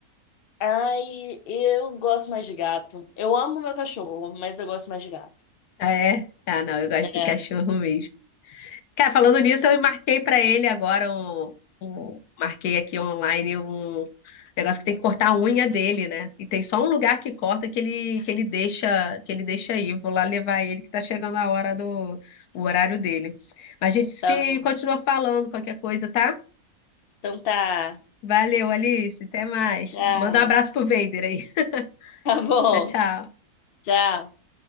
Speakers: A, on the left; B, on the left.
A: Ai, eu gosto mais de gato. Eu amo meu cachorro, mas eu gosto mais de gato.
B: Ah, É? Ah, não, eu gosto
A: É,
B: do cachorro mesmo. Cara, falando nisso, eu marquei pra ele agora um, um- marquei aqui online um negócio que tem que cortar a unha dele, né? E tem só um lugar que corta que ele que ele deixa que ele deixa aí. Vou lá levar ele que tá chegando a hora do o horário dele. Mas a gente se
A: tá bom.
B: continua falando qualquer coisa, tá?
A: Então tá.
B: Valeu, Alice, até mais.
A: Tchau.
B: Manda um abraço pro Vader aí.
A: Tá
B: <laughs>
A: bom.
B: Tchau, tchau.
A: Tchau.